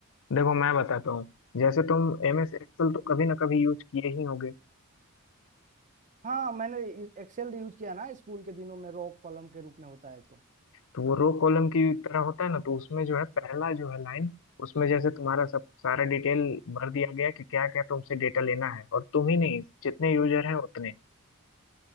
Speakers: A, on the left; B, on the right.
A: देखो मैं बताता हूँ जैसे तुम एम एस एक्सेल तो कभी ना कभी यूज किए ही होगे
B: हाँ मैंने एक्सेल यूज किया ना स्कूल के दिनों में रो कॉलम के रूप में होता है तो
A: तो वो रो कॉलम की तरह होता है ना तो उसमें जो है पहला जो है लाइन उसमें जैसे तुम्हारा सब सारा डिटेल भर दिया गया कि क्या क्या तुमसे डेटा लेना है और तुम ही नहीं जितने यूजर हैं उतने